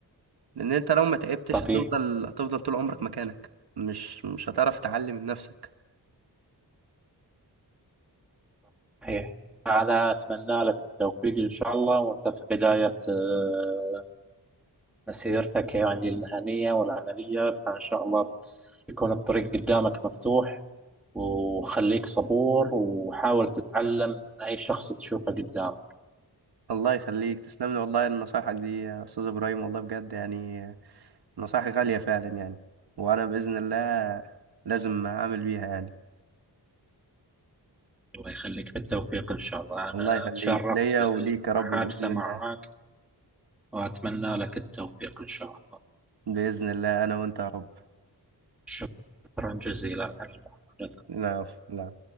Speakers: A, on the right; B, in the centre.
A: لان انت لو ما تعبتش
B: طبيعي
A: هتفضل هتفضل طول عمرك مكانك مش مش هتعرف تعلي من نفسك
B: صحيح أنا أتمنى لك التوفيق إن شاء الله وأنت في بداية آه، مسيرتك يعني المهنية والعملية فإن شاء الله يكون الطريق قدامك مفتوح وخليك صبور وحاول تتعلم من أي شخص تشوفه قدامك
A: الله يخليك تسلم لي والله نصايحك دي يا استاذ ابراهيم والله بجد يعني نصايح غالية فعلا يعني وانا باذن الله لازم اعمل بيها يعني
B: الله يخليك بالتوفيق إن شاء الله أنا
A: الله يخليك
B: تشرفت
A: ليا
B: بالمحادثة
A: وليك يا رب باذن
B: معك
A: الله
B: وأتمنى لك التوفيق إن شاء الله
A: باذن الله انا وانت يا رب
B: شكرا جزيلا على المحادثة
A: لا لا